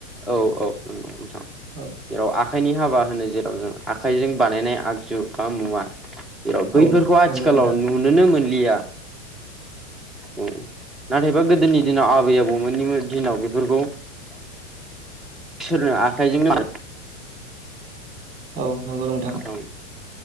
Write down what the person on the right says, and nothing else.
औ
औ नंगौ नोंथां
औ नंगौ नोंथां